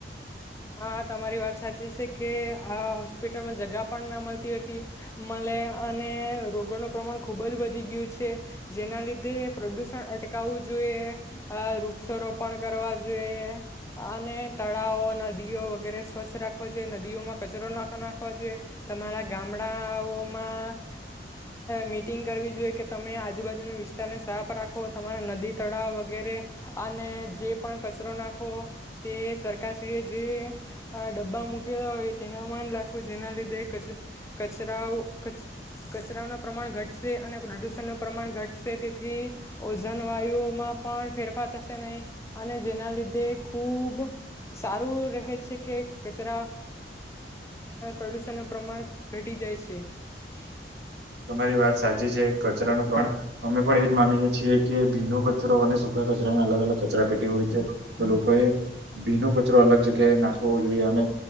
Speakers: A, on the left (about 15°); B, on the right (about 75°).
A: હા તમારી વાત સાચી સે, કે આ હોસ્પિટલમાં જગા પણ ના મલતી હતી મળે અને રોગોનું પ્રમાણ ખુબ જ વધી ગયું છે, જેના લીધે પ્રદુષણ અટકાવવું જોઈએ, અહ વૃક્ષારોપણ પણ કરવા જોઈએ અને તળાવો નદી નદીઓ વગેરે સ્વચ્છ રાખવો જોઈએ નદીઓમાં કચરો ના નાખવા જોઈએ તમારા ગામડાઓમાં મીટિંગ કરવી જોઈએ કે તમે આજુબાજુના વિસ્તારને સાફ રાખો તમારા નદી તળાવ વગેરે અને જે પણ કચરો નાખો તે સરકારશ્રીએ જે ડબ્બા મૂકેલા હોય તેનામાં જ લખવું જેના લીધે કચરાઓ કચરાઓના પ્રમાણ ઘટશે અને પ્રદુષણનું પ્રમાણ ઘટશે તેથી ઓઝન વાયુઓમાં પણ ફેરફાર થશે નહી અને જેના લીધે ખૂબ રહે છે કે કચરા પ્રદૂષણનું પ્રમાણ ઘટી જાય છે.
B: તમારી વાત સાચી છે કચરાનું પ્રમાણ અમે પણ એજ માનીએ છીએ કે ભીનો કચરો અને સૂકા કચરા અલગ અલગ કચરાપેટી હોવી તો લોકોએ ભીનો કચરો અલગ જગ્યાએ નાખવો જોઈએ અને